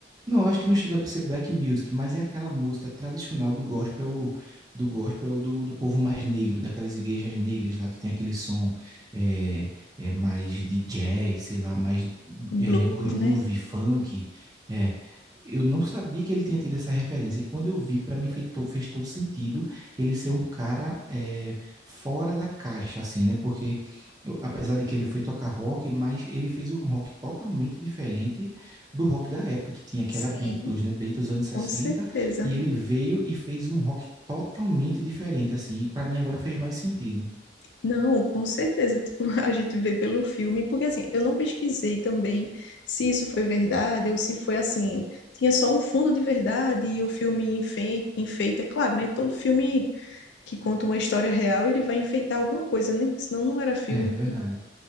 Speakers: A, on the right; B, on the left.
A: Não, eu acho que não chega a ser black music, mas é aquela música tradicional do gospel, do gospel do, do povo mais negro, daquelas igrejas negras lá que tem aquele som é, é, mais de jazz, sei lá, mais
B: Blues,
A: é, groove,
B: né?
A: funk, é, eu não sabia que ele tinha tido essa referência. E quando eu vi, para mim fez, to- fez todo sentido ele ser um cara eh, fora da caixa, assim, né? Porque eu- apesar de que ele foi tocar rock, mas ele fez um rock totalmente diferente do rock da época que tinha, que
B: sim.
A: era Beatles, né? Beatles anos sessenta
B: Com certeza.
A: E ele veio e fez um rock totalmente diferente, assim. E para mim agora fez mais sentido.
B: Não, com certeza. Tipo, <laughs> a gente vê pelo filme, porque assim, eu não pesquisei também se isso foi verdade ou se foi assim, tinha só um fundo de verdade e o filme enfei- enfeita, claro, né? Todo filme que conta uma história real, ele vai enfeitar alguma coisa, né? Senão não era filme.
A: É, verdade.